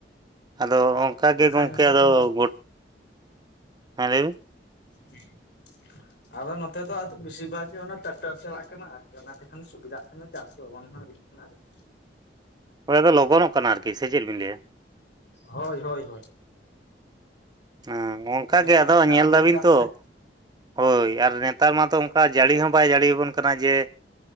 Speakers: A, on the right; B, on the left.
A: ᱟᱫᱚ ᱚᱱᱠᱟᱜᱮ
B: ᱵᱟᱝᱠᱷᱟᱡ
A: ᱜᱚᱢᱠᱮ
B: ᱱᱚᱛᱮ
A: ᱟᱫᱚ
B: ᱫᱚ
A: ᱜᱩ ᱦᱮᱸ ᱞᱟᱹᱭ ᱵᱤᱱ
B: <unintelligible> ᱟᱫᱚ ᱱᱚᱛᱮ ᱫᱚ ᱟᱫᱚ ᱵᱮᱥᱤᱨ ᱵᱷᱟᱜ ᱜᱮ ᱚᱱᱟ ᱴᱨᱟᱠᱴᱟᱨ ᱪᱟᱞᱟᱜ ᱠᱟᱱᱟ ᱟᱨᱠᱤ ᱚᱱᱟ ᱛᱮᱠᱷᱟᱱ ᱥᱩᱵᱤᱫᱷᱟᱜ ᱠᱟᱱᱟ ᱪᱟᱥ ᱠᱚ ᱞᱚᱜᱚᱱ ᱠᱟᱱᱟ ᱟᱨᱠᱤ
A: ᱚᱸᱲᱰᱮ ᱫᱚ ᱞᱚᱜᱚᱱᱚᱜ ᱠᱟᱱᱟ ᱟᱨᱠᱤ ᱥᱮ ᱪᱮᱫ ᱵᱤᱱ ᱞᱟᱹᱭᱟ?
B: ᱦᱳᱭ ᱦᱳᱭ ᱦᱳᱭ ᱾
A: ᱦᱮᱸ ᱚᱱᱠᱟ
B: ᱱᱮᱛᱟᱨ
A: ᱜᱮ ᱟᱫᱚ
B: ᱫᱚ ᱛᱟᱲᱟᱦᱩᱲᱟ
A: ᱧᱮᱞ ᱫᱟᱵᱤᱱ
B: ᱪᱟᱥ
A: ᱛᱚ
B: ᱥᱮ
A: ᱦᱳᱭ ᱟᱨ ᱱᱮᱛᱟᱨ ᱢᱟᱛᱚ ᱚᱱᱠᱟ ᱡᱟᱹᱲᱤ ᱦᱚᱸ ᱵᱟᱭ ᱡᱟᱹᱲᱤ ᱟᱵᱚᱱ ᱠᱟᱱᱟ ᱡᱮ